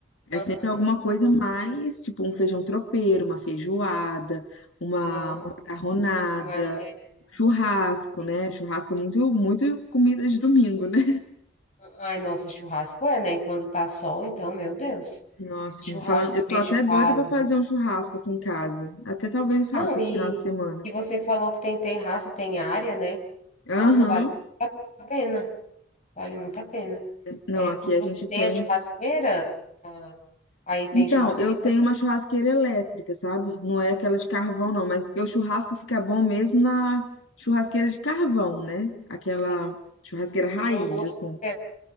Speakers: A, on the left; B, on the left.
A: É
B: Aham,
A: sempre alguma coisa mais, tipo, um feijão tropeiro, uma feijoada, uma,
B: aham.
A: uma macarronada,
B: Uma maionese.
A: churrasco,
B: sim.
A: né? Churrasco é muito, muito comida de domingo, né?
B: Ai, nossa, churrasco é, né? E quando tá sol, então, meu Deus.
A: Nossa,
B: Churrasco,
A: me falando, eu
B: feijoada.
A: tô até doida pra fazer um churrasco aqui em casa. Até talvez eu
B: Não,
A: faça
B: e,
A: esse final de semana.
B: e você falou que tem terraço, tem área, né?
A: Aham.
B: Nossa, vale muito a pena. Vale muito a pena.
A: Não,
B: É,
A: aqui
B: quando
A: a
B: você
A: gente
B: tem
A: tem.
B: a churrasqueira, ah, aí tem
A: Então,
B: churrasqueira,
A: eu tenho uma churrasqueira elétrica, sabe? Não é aquela de carvão, não, mas porque o churrasco fica bom mesmo na churrasqueira de carvão, né? Aquela
B: é,
A: churrasqueira raiz,
B: tem um gosto
A: assim.
B: diferente,